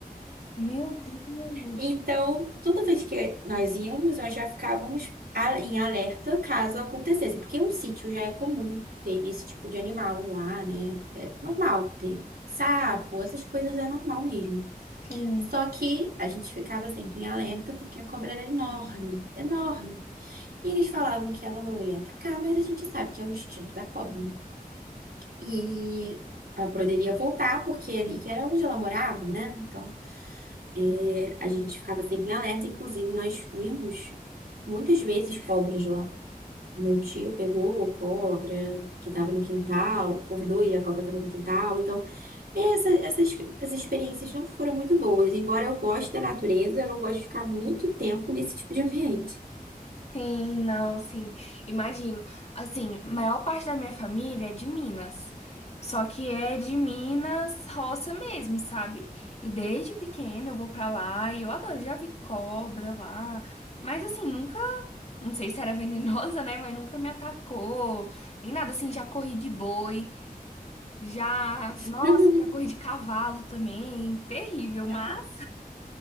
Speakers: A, on the left; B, on the right.
A: Meu Deus.
B: Então, toda vez que nós íamos, nós já ficávamos a- em alerta caso acontecesse, porque o sítio já é comum ter esse tipo de animal lá, né? É normal ter sapo, essas coisas é normal mesmo.
A: Sim.
B: Só que a gente ficava sempre em alerta porque a cobra era enorme, enorme. E eles falavam que ela não ia atacar, mas a gente sabe que é o instinto da cobra. né? E ela poderia voltar porque é ali que era onde ela morava, né? Então é, a gente ficava sempre em alerta, inclusive nós vimos muitas vezes cobras lá. Meu tio pegou cobra que estava no quintal, acordou e a cobra estava no quintal. Então, essa- essas, as experiências não foram muito boas. Embora eu goste da natureza, eu não gosto de ficar muito tempo nesse tipo de ambiente.
A: Sim, não, sim. Imagino. Assim, maior parte da minha família é de Minas. Só que é de Minas roça mesmo, sabe? E desde pequena eu vou pra lá e eu adoro, já vi cobra lá. Mas assim, nunca, não sei se era <laughs> venenosa, né? Mas nunca me atacou. Nem nada assim, já corri de boi, já, nossa,
B: <laughs>
A: já corri de cavalo também. Terrível,
B: Cara-
A: mas